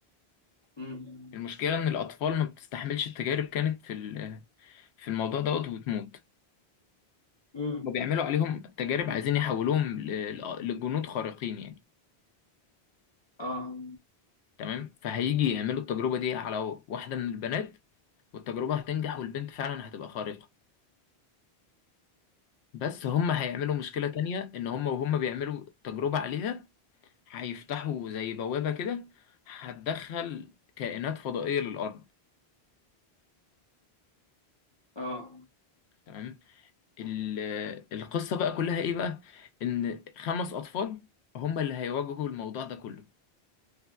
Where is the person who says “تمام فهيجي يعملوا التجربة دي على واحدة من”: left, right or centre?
Left